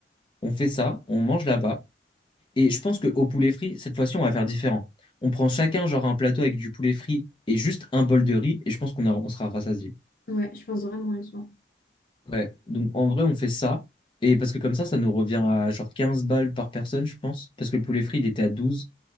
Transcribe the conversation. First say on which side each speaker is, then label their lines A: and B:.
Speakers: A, on the left; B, on the left.
A: On fait ça, on mange là-bas. Et je pense qu'au poulet frit, cette fois-ci, on va faire différent. On prend chacun, genre, un plateau avec du poulet frit et juste un bol de riz. Et je pense qu'on a- on sera rassasiés.
B: ouais, je pense vraiment à ça.
A: Ouais, donc en vrai, on fait ça. Et parce que comme ça, ça nous revient à genre 15 balles par personne, je pense. Parce que le poulet frit, il était à douze